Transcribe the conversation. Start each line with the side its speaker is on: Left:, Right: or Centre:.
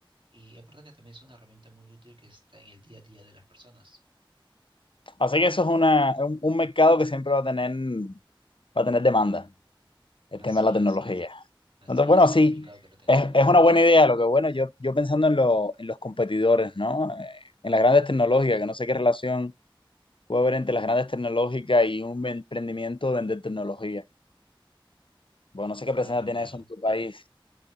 Right: Y aparte que también es una herramienta muy útil que está en el día a día de las personas.
Left: Así que eso es una, un, un mercado que siempre va a tener, va a tener demanda, el
Right: Así
Left: tema de la tecnología.
Right: es, es- así
Left: Entonces, bueno,
Right: es, es
Left: sí,
Right: complicado que no tenga
Left: es,
Right: demanda.
Left: es una buena idea. Lo que bueno, yo, yo pensando en, lo- en los competidores, ¿no? Eh, en las grandes tecnológicas, que no sé qué relación puede haber entre las grandes tecnológicas y un emprendimiento de vender tecnología. Bueno, no sé qué
Right: Claro,
Left: presencia tiene
Right: claro.
Left: eso en tu país.